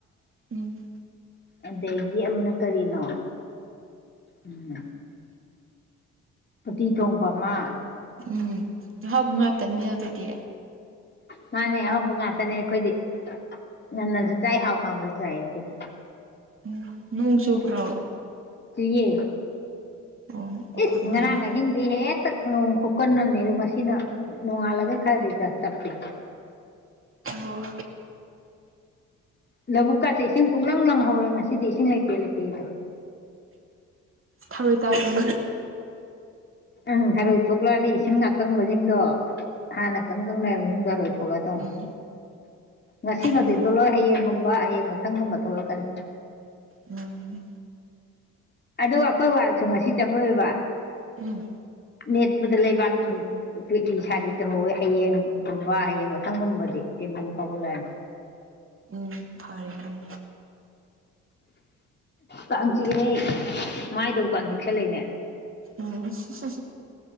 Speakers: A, on the right; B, on the left.
A: ꯎꯝ
B: ꯑꯗꯒꯤ ꯑꯃꯅ ꯀꯔꯤꯅꯣ ꯎꯝ ꯎꯇꯤ ꯊꯣꯡꯕ ꯑꯃ
A: ꯎꯝ ꯂꯩꯍꯥꯎꯕ ꯉꯥꯛꯇꯅꯤ ꯑꯗꯨꯗꯤ
B: ꯉꯅꯦ ꯑꯍꯧꯕ ꯉꯥꯛꯇꯅꯦ ꯑꯩꯈꯣꯏꯗꯤ ꯉꯟꯅꯁꯨ ꯆꯥꯏ ꯍꯥꯎ ꯈꯥꯡꯕꯁꯨ ꯆꯥꯏ ꯑꯩꯈꯣꯏꯗꯤ
A: ꯎꯝ ꯅꯣꯡ ꯆꯨꯕꯔꯣ
B: ꯆꯨꯏꯌꯦ
A: ꯑꯣ ꯃꯈꯣꯟ
B: ꯏꯁ ꯉꯔꯥꯡ
A: ꯇꯥꯏꯌꯦꯕ
B: ꯑꯍꯤꯡ ꯗꯤ ꯍꯦꯛꯇ ꯅꯣꯡ ꯈꯨꯀꯟꯅꯅꯦ ꯑꯣ ꯉꯁꯤꯅ ꯅꯣꯡꯉꯥꯜꯂꯒ ꯈꯔꯗꯤ ꯆꯞꯄꯤ
A: ꯑꯣ
B: ꯂꯧꯕꯕꯨꯛꯀꯥꯁꯦ ꯏꯁꯤꯡ ꯄꯨꯛꯂꯪ ꯂꯪꯍꯧꯔꯣꯏ ꯉꯁꯤꯗꯤ ꯏꯁꯤꯡ ꯂꯩꯇꯦ ꯂꯩꯇꯦꯗꯣ
A: ꯊꯔꯣꯏ ꯇꯥꯏ ꯃ
B: ꯎꯪ ꯊꯔꯣꯏ ꯊꯣꯛꯂꯛꯑꯅꯤ ꯏꯁꯤꯡ ꯑꯀꯪꯕꯁꯤꯡꯗꯣ ꯍꯥꯟꯅ ꯀꯪ ꯀꯪꯅ ꯍꯨꯝꯖꯔꯣꯏ ꯊꯣꯛꯂ ꯑꯗꯨꯧ
A: ꯎꯝ
B: <unintelligible> ꯉꯁꯤꯃꯛꯇꯤ
A: ꯎꯝ
B: ꯊꯣꯛꯂꯛꯑꯣ ꯍꯌꯦꯡꯒꯨꯝꯕ ꯍꯌꯦꯡ ꯃꯊꯪꯒꯨꯝꯕ ꯊꯣꯛꯂꯛꯀꯅꯤ
A: ꯎꯝ
B: ꯑꯗꯨ ꯑꯩꯈꯣꯏ ꯋꯥꯔꯁꯨ ꯉꯁꯤ ꯆꯪꯉꯨꯏꯕ
A: ꯎꯝ
B: ꯅꯦꯠꯄꯗ ꯂꯩꯕꯥꯛ ꯄꯤꯠꯂꯤ ꯁꯥꯥꯗꯤ ꯇꯧꯍꯧꯋꯤ ꯍꯌꯦꯡꯒꯨꯝꯕ ꯍꯌꯦꯡ ꯃꯊꯪꯒꯨꯝꯕꯗꯤ ꯆꯦꯟꯗꯨꯝ ꯐꯥꯎꯒꯠꯂꯛꯑꯅꯤ
A: ꯎꯝ ꯐꯔꯦ ꯎꯝ
B: ꯀꯥꯡꯆꯤꯛ ꯍꯦꯛ ꯃꯥꯏꯗꯕꯨ ꯀꯥꯡ ꯆꯤꯛ ꯁꯦꯠꯂꯛꯏꯅꯦ
A: ꯎꯝꯁ